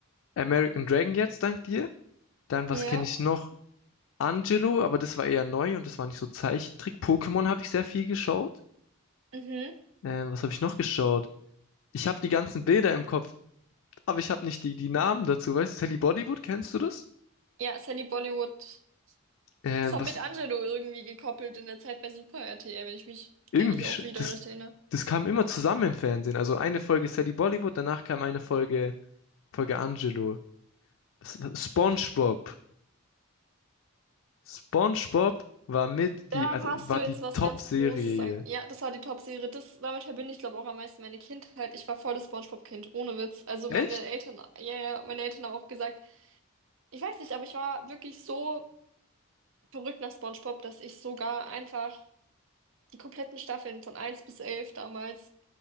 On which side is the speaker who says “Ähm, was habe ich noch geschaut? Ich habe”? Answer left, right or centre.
Left